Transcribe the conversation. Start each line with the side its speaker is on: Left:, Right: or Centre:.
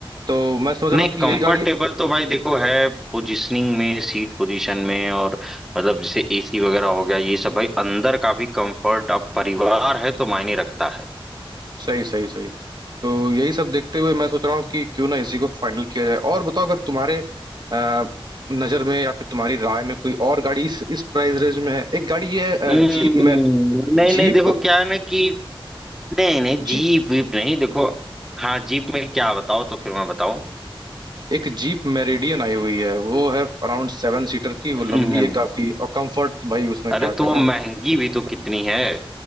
Right: तो मैं समझ रहा
Centre: नहीं
Right: हूँ कि
Centre: कंफर्टेबल
Right: यही गाड़ी
Centre: तो भाई देखो है पोजीशनिंग में सीट पोजीशन में और मतलब जैसे एसी वगैरह हो गया ये सब भाई अंदर का भी कंफर्ट अब परिवार है तो मायने रखता है
Right: सही सही सही तो यही सब देखते हुए मैं सोच रहा हूँ कि क्यों ना इसी को फाइनल किया जाए और बताओ अगर तुम्हारे अ, नजर में या फिर तुम्हारी राय में कोई और गाड़ी इस इस प्राइस रेंज में है एक गाड़ी है अ,
Centre: हम्म,
Right: जीप में
Centre: नहीं
Right: जीप
Centre: नहीं देखो क्या है ना कि नहीं नहीं जीप
Right: जी
Centre: वीप नहीं देखो हाँ जीप में क्या बताओ तो फिर मैं बताऊं
Right: एक जीप मेरिडियन आई हुई है वो है अराउंड सेवन सीटर की
Centre: हम्म
Right: वो लंबी
Centre: हम्म।
Right: है काफी और कंफर्ट भाई उसमें
Centre: अरे
Right: क्या कहना
Centre: तो महंगी भी तो कितनी है